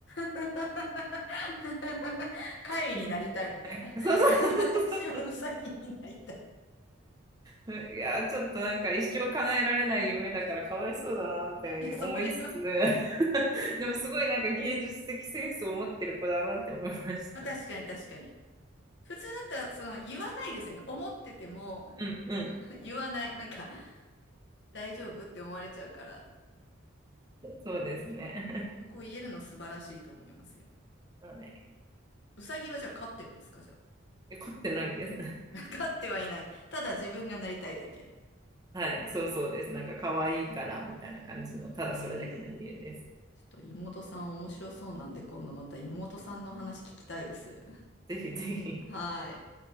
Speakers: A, on the left; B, on the right.
A: <laughs> 貝になりたいみたいな。
B: うん
A: <laughs>
B: そうそうそう
A: 私はウサギになりたい。
B: そうそう。いやー、ちょっとなんか一生叶えられない夢だからかわいそうだなって思いつつ、
A: 私、いやそれは、
B: <laughs> でもすごいなんか芸術的センスを持ってる子だなって思いました。
A: まあ、確かに確かに。普通だったら、その、言わないですよね。思ってても、
B: うんうん。
A: <laughs> 言わない。なんか、大丈夫って思われちゃうから、
B: そうですね。
A: そこを言えるの素晴らしいと思いますよ。
B: はい。
A: ウサギはじゃあ飼ってるんですかじゃ
B: え凝ってないです。
A: あ。<laughs> 飼ってはいない。ただ自分がなりたいだけ。
B: はい。そうそうです。なんか可愛いからみたいな感じの、ただそれだけの理由です。
A: へえちょっと妹さん面白そうなんで、今度また妹さんの話聞きたいです。
B: ぜひぜひ。
A: はい。